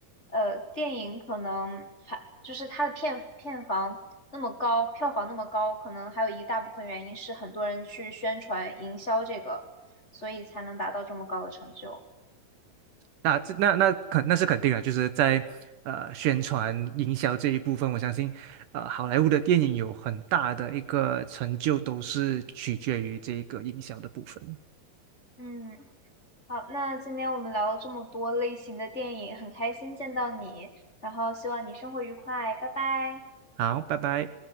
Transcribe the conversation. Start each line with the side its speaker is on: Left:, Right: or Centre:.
Left: 呃，电影可能还就是它的片片房那么高，票房那么高，可能还有一大部分原因是很多人去宣传营销这个，所以才能达到这么高的成就。
Right: 那这那那肯那是肯定的，就是在呃宣传营销这一部分，我相信呃好莱坞的电影有很大的一个成就，都是取决于这个营销的部分。
Left: 嗯，好，那今天我们聊了这么多类型的电影，很开心见到你，然后希望你生活愉快，拜拜。
Right: 好，拜拜。